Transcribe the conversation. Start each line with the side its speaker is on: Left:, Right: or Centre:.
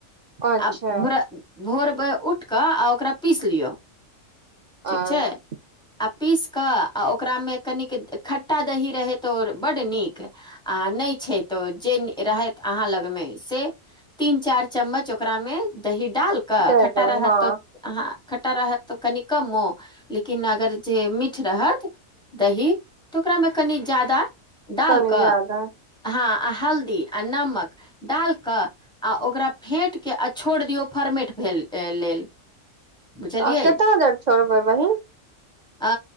Right: अच्छा
Centre: आ भोर भोर मे उठ कऽ आ ओकरा पीस लिअ ठीक
Right: आ
Centre: छाय
Right: <inaudible>
Centre: आ पीस कऽ आ ओकरामे कनिक खट्टा दही रहै तऽ ओ बड्ड नीक आ नहि छै तऽ जे रहथि अहाँ लगमे से तीन चारि चम्मच ओकरा मे दही डाल क
Right: दे
Centre: खटटा
Right: देब
Centre: रहत
Right: हँ
Centre: तऽ अहाँ खट्टा रहत तऽ कनि कमो लेकिन अगर जे मीठ रहत दही तऽ ओकरामे कनि ज्यादा डाल
Right: कनि
Centre: कऽ
Right: जादा
Centre: हँ आ हल्दी आ नमक डाल कऽ आ ओकरा फेटके आ छोड़ दियौ फर्मेट भेल अ लेल बुझलियै
Right: आ केता देर छोड़बै बहीन
Centre: अ